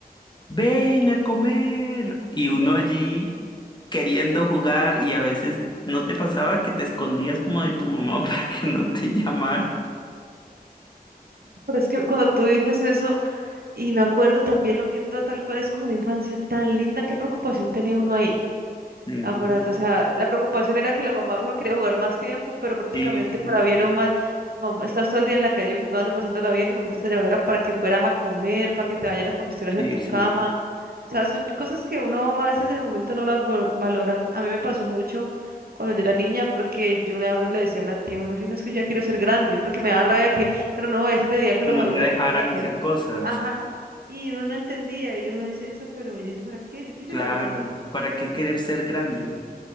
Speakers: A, on the left (about 25°); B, on the right (about 70°).
A: ven a comer. Y uno allí queriendo jugar y a veces no te pasaba que te escondías como de tu mamá <laughs> para que no te llamara.
B: pero es que cuando tú dices eso, Y me acuerdo también lo que to- tal cual es como una infancia tan linda, qué preocupación tenía uno ahí.
A: Ningún.
B: Acuérdate, o sea, la preocupación era que la mamá, uno quería jugar más tiempo, pero prácticamente
A: Sí,
B: para
A: sí,
B: bien
A: sí,
B: o mal, mamá, estás todo el día en la calle jugando, pasándola bien, tu mamá te está llamando para que fueras a comer, para que te bañaras, para que estuvieras
A: sí,
B: en tu
A: sí.
B: cama. O sea, son cosas que uno a veces en el momento no las vo- valora. A mí me pasó mucho cuando yo era niña, porque yo una vez le decía a una tía, "Gordo, si no es que yo ya quiero ser grande, porque me da rabia que, pero no, ese te diría que
A: Que
B: los
A: no
B: adultos
A: te dejaran
B: pueden hacer.
A: hacer cosas.
B: Ajá. Y uno no entendía, y uno dice eso, pero yo sé para qué, yo quisiera
A: Claro,
B: volver a su...
A: ¿para qué
B: yo quis-
A: querer ser grande?